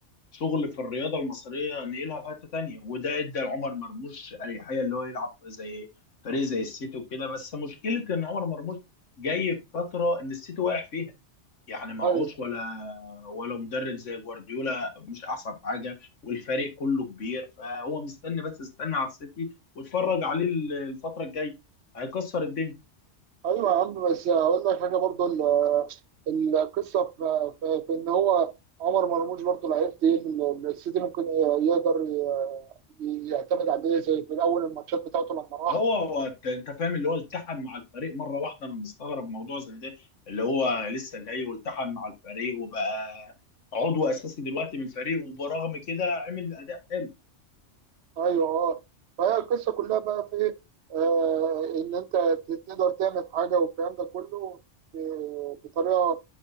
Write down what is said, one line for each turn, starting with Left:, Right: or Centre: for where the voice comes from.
Left: شغل في الرياضه المصريه نقلها لحته تانيه وده ادى لعمر مرموش اريحيه اللي هو يلعب في زي فريق زي السيتي وكده بس مشكله ان عمر مرموش جاي في فتره ان السيتي واقع فيها يعني معهوش
Right: ايوه
Left: ولا ولا مدرب زي جوارديولا مش احسن حاجه والفريق كله كبير فهو مستني بس استنى على السيتي واتفرج عليه ال- الفتره الجايه هيكسر الدنيا
Right: ايوه يا عم بس اقول لك حاجة برضه القصه في, في, في ان هو عمر مرموش برضه لعيب تقيل السيتي ممكن يقدر ي- يعتمد عليه زي في الاول الماتشات بتاعته لما راح
Left: هو هو انت أنت فاهم اللي هو التحم مع الفريق مره واحده انا مستغرب موضوع زي ده اللي هو لسه جاي والتحم مع الفريق وبقى عضو اساسي دلوقتي من الفريق وبرغم كده عمل اداء حلو
Right: ايوه اه فهي القصه كلها بقى في إيه؟ آه ان انت تقدر تعمل حاجه والكلام ده كله ب- بطريقه